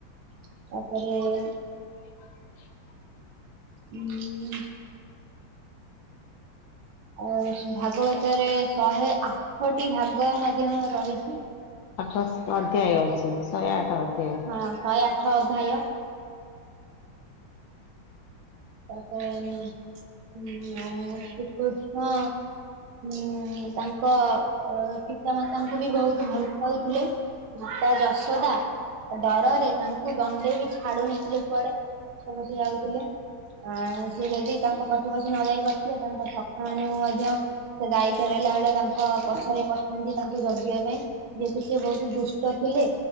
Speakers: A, on the right; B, on the left.
A: ତାପରେ
B: ହଁ।
A: ଉଁ ଅ ଭାଗବତରେ ଶହେ ଆଠଟି ଭାଗ ମଧ୍ୟ ରହିଛି।
B: ଅଠର ଅଧ୍ୟାୟ ଅଛି ଶହେ ଆଠ ଅଧ୍ୟାୟ
A: ହଁ ଶହେ ଆଠ ଅଧାୟ ତାପରେଁ ଉଁ ଶ୍ରୀକୃଷ୍ଣ ଉଁ ତାଙ୍କ ପିତାମାତାଙ୍କୁ ବି ବୋହୁତ୍ ଭଲ କହୁଥିଲେ ମା ଯଶୋଦା ଡରରେ ତାଙ୍କୁ ଦଣ୍ଡେ ବି ଛାଡୁ ନଥିଲେ କୁଆଡେ ଗଛପତି ଯାଉଥିଲେ ଆ ସେ ଯଦି ତାଙ୍କ ପଛ ପଛି ନ ଯାଇ ପାରୁଥିଲେ ତାଙ୍କ ସଖା ମାନଙ୍କୁ ମଧ୍ୟ ସେ ଗାଈ ଚରେଇଲା ବେଳେ ତାଙ୍କ ପଛରେ ପଠାନ୍ତି ତାଙ୍କୁ ଜଗିବା ପାଇଁ। ଯେହେତୁ ସେି ବହୁତ ଦୁଷ୍ଟ ଥିଲେ